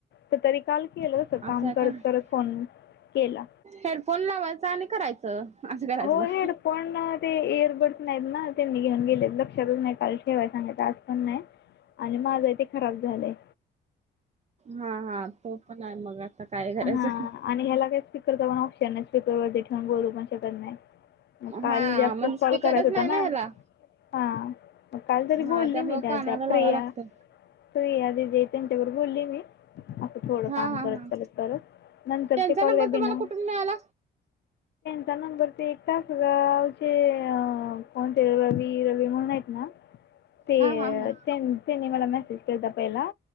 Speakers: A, on the left; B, on the right.
A: तर ते रिकाम केलं होत काम
B: असं आहे
A: करत
B: काय
A: करत फोन केला.
B: हेडफोन लावायचा आणि करायचं. असं करायचं
A: हो.
B: मग.
A: हेड पण ते एअरबड्स नाहीत ना. त्यांनी घेऊन गेलेत. लक्षातच नाही काल ठेवाय सांगायच आज पण नाही. आणि माझा ते खराब झालंय.
B: हा हा तो पण आहे मग आता काय करायचं.
A: हां आणि ह्याला काय स्पीकरचा पण ऑप्शन नाही. स्पीकर वरती ठेवून बोलू पण शकत नाही. काल
B: हा
A: जास्त
B: म्हणजे
A: कॉल
B: स्पीकरच
A: करायच होता
B: नाही
A: ना
B: ह्याला.
A: हा. मग काल तरी बोलली
B: हा त्यामुळे
A: मी त्या
B: कानाला
A: त्या
B: लावाय
A: प्रिया,
B: लागतं
A: प्रिया दिदी आहेत त्यांच्यावर बोलले मी. असं थोडं
B: हा
A: काम
B: हा
A: करत
B: हा
A: करत करत नंतरचे
B: त्यांचा
A: कॉलवे
B: नंबर तुम्हाला
A: बिना
B: कुठून मिळाला
A: त्यानंतर ते एकट तासगावचे अ कोणते रवी, रवी म्हणून आहेत ना ते
B: हा हा हा
A: त्यांनी मला मेसेज केलता पहिला.